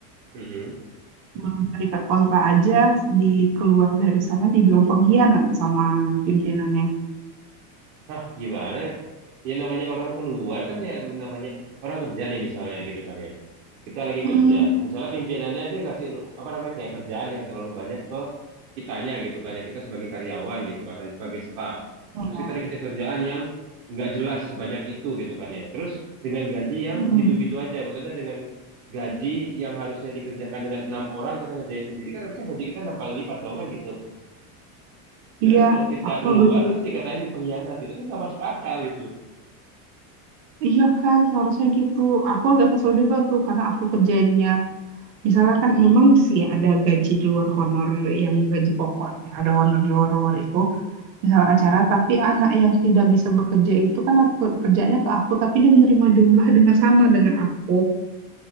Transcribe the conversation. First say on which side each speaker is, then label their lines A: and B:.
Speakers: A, on the right (about 80°); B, on the right (about 45°).
A: mm
B: belum terikat kontrak aja di keluar dari sana dibilang pengkhianat sama pimpinannya.
A: Hah, gimana? Ya namanya orang keluar kan ya namanya orang kerja nih misalnya gitu kan ya. kita lagi
B: Mm-mm.
A: kerja. Misalnya pimpinannya dia ngasih apa namanya kayak kerjaan yang terlalu banyak ke kitanya gitu kan ya kita sebagai karyawan gitu kan sebagai staff.
B: Nah,
A: Terus
B: ya.
A: kita dikasih kerjaan yang nggak jelas sebanyak itu gitu kan ya. Terus dengan gaji yang
B: Mm-mm.
A: gitu-gitu aja. Maksudnya dengan gaji yang harusnya dikerjakan dengan enam orang kita ngerjain sendiri kan harusnya gaji kita enam kali lipat dong kan gitu. Terus
B: Iya,
A: kalau kita
B: aku
A: keluar
B: agak juga,
A: terus dikatain pengkhianat gitu kan nggak masuk akal gitu loh.
B: iya kan seharusnya gitu. Aku agak kesel juga tuh karena aku kerjanya Misalnya kan memang sih ada gaji di luar honor yang gaji pokoknya, ada honor di luar-luar itu. misal acara, tapi anak yang tidak bisa bekerja itu kan atur- kerjanya ke aku, tapi dia menerima jumlah dengan sama dengan aku.